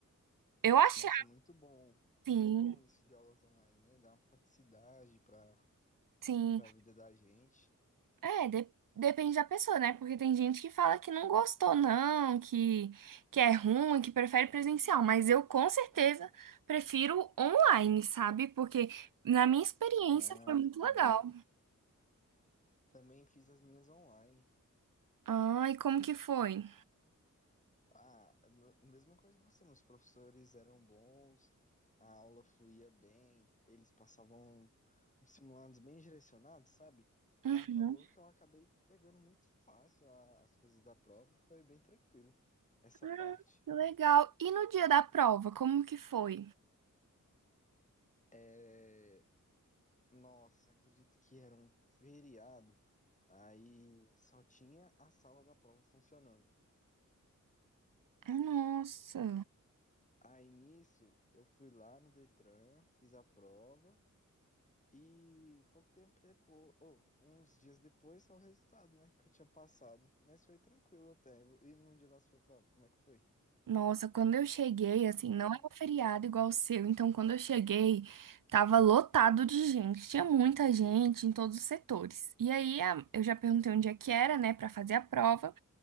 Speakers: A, on the right; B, on the left.
A: eu achei,
B: Nossa, muito bom,
A: sim,
B: muito bom isso de aulas online, né? Dá uma praticidade para
A: sim.
B: para a vida da gente.
A: É, de- depende da pessoa, né? Porque tem gente que fala que não gostou, não, que, que é ruim, que prefere presencial. Mas eu, com certeza, prefiro online, sabe? Porque, na minha experiência,
B: Não,
A: foi muito legal.
B: sim. Também fiz as minhas online.
A: Ah, e como que foi?
B: Ah, m- mesma coisa que você, meus professores eram bons, a aula fluía bem, eles passavam uns simulados bem direcionados, sabe? Então
A: Uhum.
B: acabou que eu acabei pegando muito fácil a- as coisas da prova e foi bem tranquilo essa
A: Ah,
B: parte.
A: que legal. E no dia da prova, como que foi?
B: É... Nossa, acredito que era um feriado, aí só tinha a sala da prova funcionando.
A: Ah, Nossa.
B: Aí nisso, eu fui lá no Detran, fiz a prova. E pouco tempo depois, ou uns dias depois, saiu o resultado, né? Que eu tinha passado. Mas foi tranquilo até. E no dia da sua prova, como é que foi?
A: Nossa, quando eu cheguei, assim,
B: Ah,
A: não é um feriado igual o seu, então quando eu cheguei, tava lotado de gente, tinha muita gente em todos os setores. E aí a- eu já perguntei onde é que era, né, pra fazer a prova,